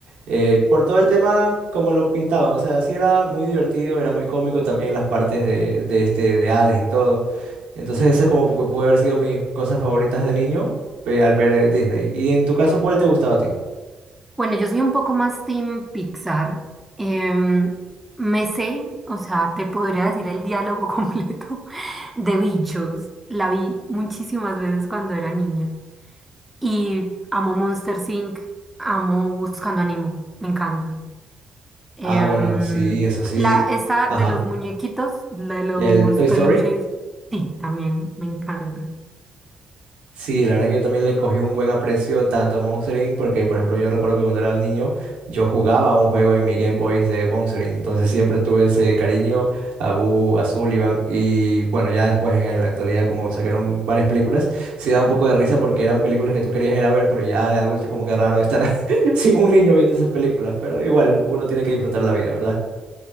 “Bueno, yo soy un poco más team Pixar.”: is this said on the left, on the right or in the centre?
Centre